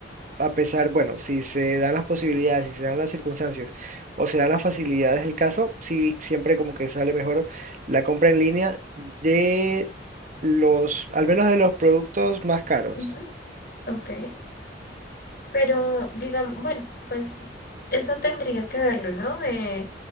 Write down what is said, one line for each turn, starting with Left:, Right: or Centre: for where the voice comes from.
Right: a pesar, bueno, si se dan las posibilidades, si se dan las circunstancias o se dan las facilidades del caso, sí, siempre como que sale mejor la compra en línea de los, al menos de los productos más caros.
Left: Ujú, Ok. Pero digamos, bueno, pues eso tendría que verlo, ¿no? Eh,